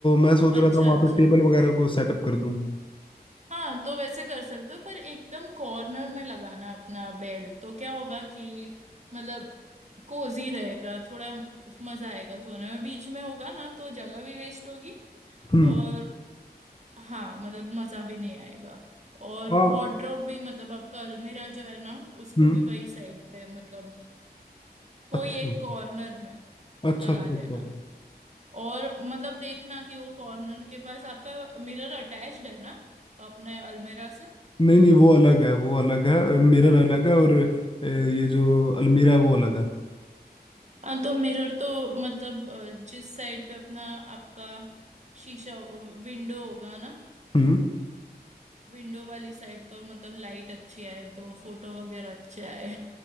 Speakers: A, on the left (about 30°); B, on the right (about 45°).
A: मैं सोच रहा
B: अच्छा
A: था वहां
B: अच्छा
A: पे टेबल वगैरह को सेटअप कर दूं
B: हाँ तो वैसे कर सकते हो पर एकदम कॉर्नर में लगाना अपना बेड तो क्या होगा कि मतलब कोजी रहेगा थोड़ा मजा आएगा सोने में बीच में होगा ना तो जगह भी वेस्ट होगी
A: हम्म
B: और हाँ मतलब मजा भी नहीं आएगा और
A: हाँ
B: वार्डरोब भी मतलब आपका अलमीरा जो है ना उसको
A: हम्म
B: भी वही साइड पे मतलब कोई
A: अच्छा
B: एक कॉर्नर में
A: अच्छा
B: लगा
A: अच्छा
B: देना
A: अच्छा।
B: और मतलब देखना कि वो कॉर्नर के पास आपका मिरर अटैच्ड है ना अपने अलमीरा से
A: नहीं नहीं वो अलग है वो अलग है मिरर अलग है और अ, ये जो अलमीरा है वो अलग है
B: हाँ तो मिरर तो मतलब अ, जिस साइड पे अपना आपका शीशा विंडो होगा ना
A: हम्म
B: विंडो वाली साइड तो मतलब लाइट अच्छी आए तो फोटो वगैरह अच्छे आए